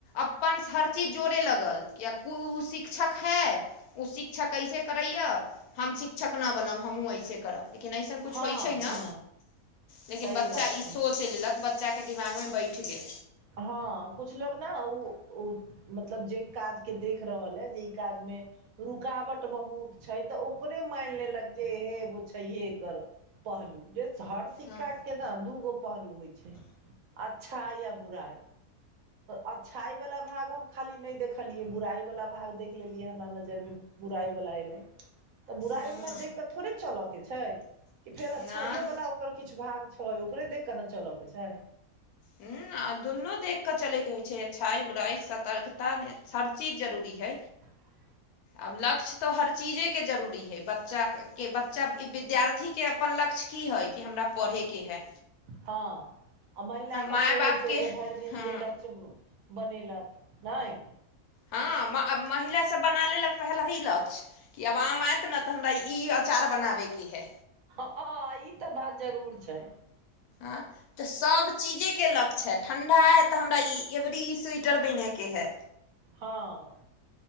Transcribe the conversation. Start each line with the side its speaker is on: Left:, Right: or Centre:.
Left: अपन हर चीज जोड़े लगल कि ओ शिक्षक है ओ शिक अच्छा कैसे करैया हम शिक्षक नहि बनब हमहूँ अऐसे करब लेकिन अइसन किछु
Right: हँ
Left: होइ छै ने
Right: हँ
Left: लेकिन
Right: सही
Left: बच्चा
Right: बात छै
Left: ई सोच लेलक बच्चाके दिमागमे बैठ गेल
Right: हँ कुछ लोग न ओ-ओ मतलब जे काजके देख रहल हइ जे ई काजमे रुकावट बहुत छै तऽ ओकरे मानि लेलक जे हहे एगो छैहे कर पहलू हर सिक्का
Left: हँ
Right: के ने दूगो पहलू होइ छै अच्छा या बइ अच्छाइ वाला भाग हम खाली नहि देखलियै बुराइ वाला भाग देख लेलियै हमरा नजर मे बुराइवला अयलै तऽ बुराइवला
Left: हँ
Right: देख कऽ थोड़े चलय के छै फेर अच्छाइयो
Left: नहि
Right: वाला ओकर किछु भाग छै ओकरे देख केऽ ने चलऽ के छै
Left: हूँ दुनू देख के चले के होय छै अच्छाई बुराई सतर्कता हर चीज जरूरी है
Right: <unintelligible>
Left: आब लक्ष्य तऽ हर चीजेके जरूरी हइ बच्चाक के बच्चा विद्य विद्यार्थीके अपन लक्ष्य की हइ कि हमरा पढ़ैके हइ
Right: हँ आ महिला सभके
Left: माय
Right: होइत
Left: बापके
Right: छै भरि दिनके
Left: हँ
Right: लक्ष बनेलक नहि
Left: हँ महिलासभ बना लेलक पहिलहि लक्ष्य कि आब आम आएत ने तऽ हमरा ई अचार बनाबैके हइ
Right: ह ई तऽ बात जरूर छै
Left: आ तऽ सभ चीजेके लक्ष्य हए ठण्ढा हए तऽ हमरा ई अवरी स्वेटर बनयके हए
Right: हँ